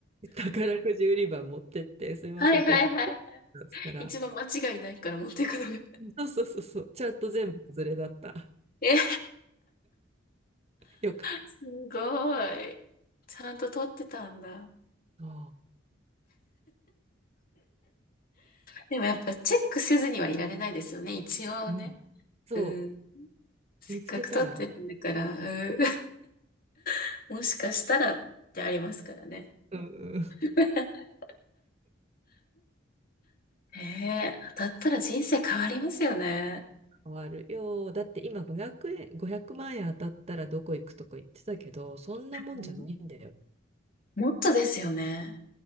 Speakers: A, on the right; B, on the left.
A: 宝くじ売り場持ってって、すいません、
B: はいはいはい。
A: これ、だっつったら、
B: 一番間違いないから持っていくのが。
A: そうそうそうそう、ちゃんと全部外れだった。
B: え、
A: よかっ
B: すごい。ちゃんと撮ってたんだ。
A: た。
B: でもやっぱチェックせずにはいられないですよね。一応ね。
A: うん、そ
B: うん。せっかく撮ってるんだから、
A: う、見つけたらね、
B: うん。<laughs> もしかしたらってありますからね。
A: うんうん、
B: <laughs> へえ、当たったら人生変わりますよね。
A: 変わるよ。だって今500円、500万円当たったらどこ行くとか言ってたけど、そんなもんじゃないんだよ。
B: うん、もっとですよね。